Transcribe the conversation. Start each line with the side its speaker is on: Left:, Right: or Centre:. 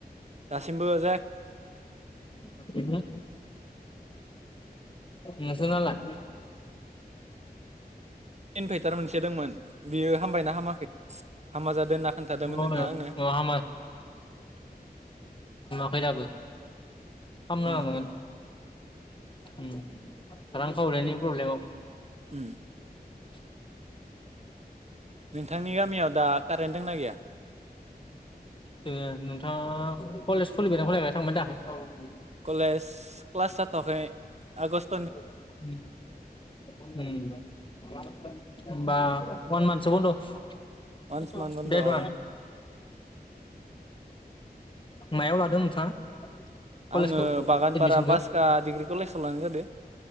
Right: दासिमबो जायाखै
Left: <unintelligible> नोंसोरनालाय?
Right: इनभाइटार मोनसे दोंमोन बियो हामबायना हामाखै? हामा जादों होनना खोन्थादोंमोन
Left: माबा
Right: नोंथाङा आंनो।
Left: हामा हामाखै दाबो। फामनो
Right: हामाखै
Left: लानांगोन उम। रां खावरिनि प्रब्लेमाव।
Right: उम
Left: <inaudible>
Right: नोंथांनि गामियाव दा कारेन्ट दंना गैया
Left: दोङो नोंथाङा कलेज खुलिबायना खुलियाखै थांबायना थाङाखै?
Right: कलेज क्लास जाथ'वाखै आगष्ट
Left: उम। होनबा अवान मान्थसो बन्द।
Right: आवान्स मान बान्द'
Left: देट
Right: औ।
Left: वान मायाव लादों नोंथाङा? कलेजखौ
Right: आङो बागानफारा
Left: एडमिसनखौ
Right: बासखा डिग्रि कलेजाव लानाय जादों।